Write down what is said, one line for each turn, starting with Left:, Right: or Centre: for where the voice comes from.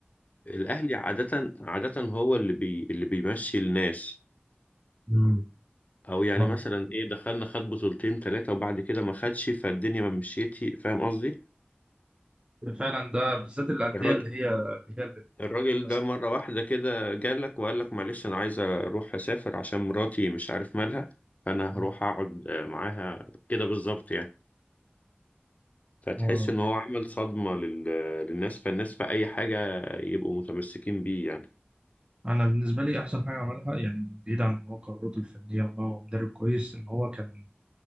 Left: الاهلي عادة عادة هو اللي بي... اللي بيمشي الناس
Right: مم.
Left: او يعني
Right: اه
Left: مثلا ايه دخلنا خد بطولتين ثلاثة وبعد كده ما خدش فالدنيا ما مشيتي فاهم قصدي
Right: فعلا ده بالذات الانديه
Left: الراجل
Right: اللي هي اللي هي اللي
Left: الراجل
Right: ماسكه
Left: ده مرة واحدة كده جالك وقال لك معلش أنا عايز أروح أسافر عشان مراتي مش عارف مالها فأنا
Right: اه
Left: هروح أقعد آه، معاها كده بالظبط يعني فتحس
Right: آه.
Left: إن هو عمل صدمة لل... للناس فالناس في أي حاجة يبقوا متمسكين بيه يعني
Right: انا بالنسبه لي احسن حاجه عملها يعني بعيد عن ان هو قدراته الفنيه وان هو مدرب كويس ان هو كان